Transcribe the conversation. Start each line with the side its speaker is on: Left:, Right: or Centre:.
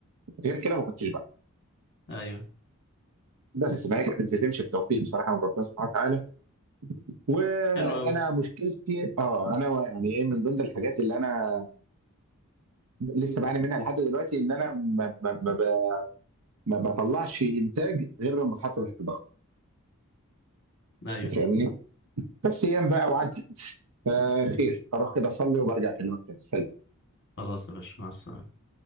Right: غير كده ما كنتش
Left: ايوه
Right: بس فهي كانت بتمشي بتوفيق بصراحه من ربنا سبحانه وتعالى وانا
Left: حلو اوي
Right: مشكلتي اه انا يعني ايه من ضمن الحاجات اللي انا لسه بعاني منها لحد دلوقتي ان انا ما, ما, ما, ب- ما بطلعش انتاج غير لما اتحط تحت ضغط
Left: ايوه
Right: فاهمني بس ايام بقى وعدت فخير اروح كده اصلي وبرجع اكلمك تاني
Left: خلاص يا باشا مع السلامة